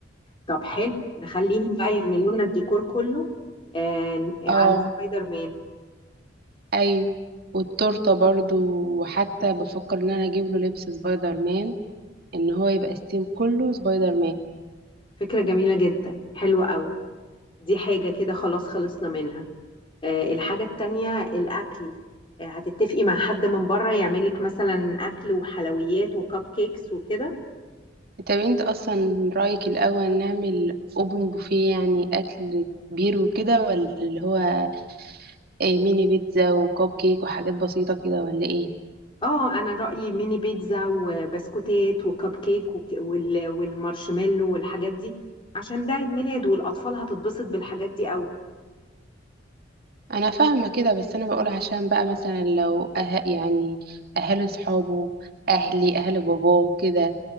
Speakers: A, on the left; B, on the right.
A: طب حلو نخليهم بقى يعملوا لنا الديكور كله آه، عن
B: اه
A: سبايدر مان
B: ايوه والتورته برضو وحتى بفكر ان انا اجيب له لبس سبايدر مان ان هو يبقى السيم كله سبايدر مان
A: فكرة جميلة جدا حلوة قوي دي حاجة كده خلاص خلصنا منها آه، الحاجة التانية الأكل آه، هتتفقي مع حد من بره يعملك مثلا أكل وحلويات وكب كيكس وكده
B: طب انت اصلا رأيك الاول نعمل اوبن بوفيه يعني اكل كبير وكده ولا اللي هو ايه ميني بيتزا وكوب كيك وحاجات بسيطة كده ولا ايه
A: اه انا رأيي ميني بيتزا وبسكوتات وكب كيك وك- وال- والمارشميلو والحاجات دي عشان ده عيد ميلاد والأطفال هتتبسط بالحاجات دي قوي
B: انا فاهمة كده بس انا بقول عشان بقى مثلا لو أه يعني اهل صحابه اهلي اهل باباه كده